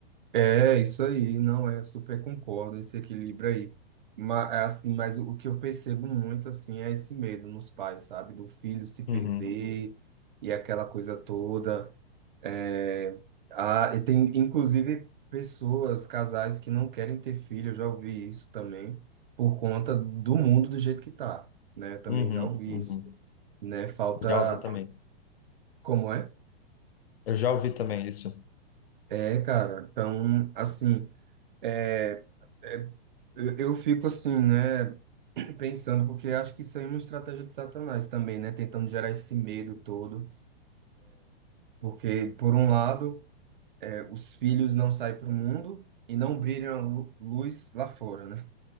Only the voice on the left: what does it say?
Uhum,
uhum,
uhum.
Já ouvi também.
Eu já ouvi também isso.